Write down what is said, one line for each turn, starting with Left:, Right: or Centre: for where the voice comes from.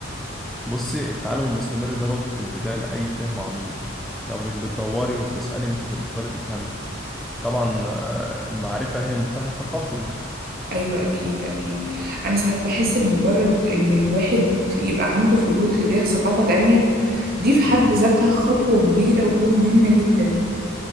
Centre: بصي التعلم المستمر ده نقطه البدايه لاي فهم عميق لو مش بتدوري وبتسالي مش هتقدري تفهمي طبعا آه، المعرفه هي مفتاح التقبل
Right: ايوه اكيد اكيد انا ساعات بحس ان مجرد ان الواحد يبقى عنده فضول تجاه ثقافة تانية دي في حد ذاتها خطوة كبيرة ومهمة جدا